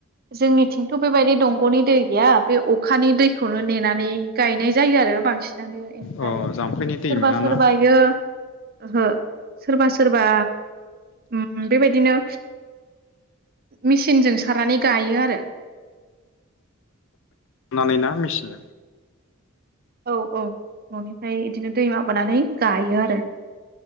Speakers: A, on the right (about 45°); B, on the left (about 65°).
A: जोंनि थिंथ' बेबायदि दंग'नि दै गैया बे अखानि दैखौनो नेनानै गायनाय जायो आरो बांसि नानो ओमफ्राय
B: अ
A: सोरबा
B: जाम्फैनि दै मोनाना
A: सोरबायो ओहो सोरबा सोरबा ओम बेबायदिनो मेसिनजों सारानानै गायो आरो।
B: नानै ना मिसिन
A: औ औ न'निफ्राय बिदिनो दै माबानानै गायो आरो।